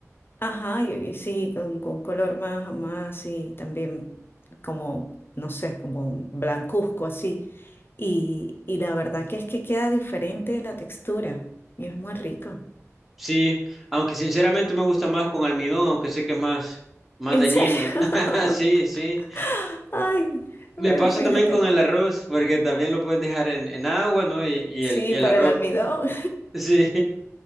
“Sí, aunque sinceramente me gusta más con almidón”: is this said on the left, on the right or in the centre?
Centre